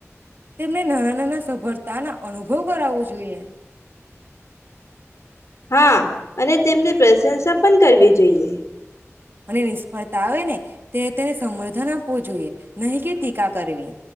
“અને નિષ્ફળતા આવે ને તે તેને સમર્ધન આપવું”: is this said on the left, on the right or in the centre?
Right